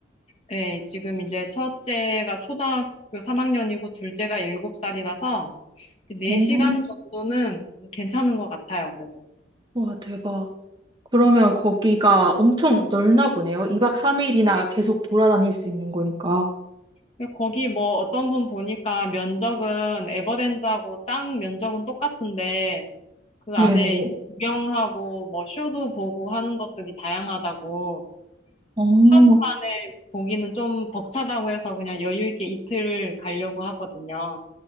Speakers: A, on the left; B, on the right.
A: 네, 지금 이제 첫째가 초등학교 3학년이고 둘째가 7살이라서 4시간
B: 오,
A: 정도는 괜찮은 것 같아요, 그래도.
B: 와, 대박. 그러면 거기가 엄청 넓나 보네요. 2박 3일이나 계속 돌아다닐 수 있는 거니까.
A: 근데 거기 뭐 어떤 분 보니까 면적은 에버랜드하고 땅 면적은 똑같은데 그
B: 네네.
A: 안에 이제 구경하고 뭐 쇼도 보고 하는 것들이 다양하다고.
B: 오,
A: 하루 만에 보기는 좀 벅차다고 해서 그냥 여유 있게 이틀 가려고 하거든요.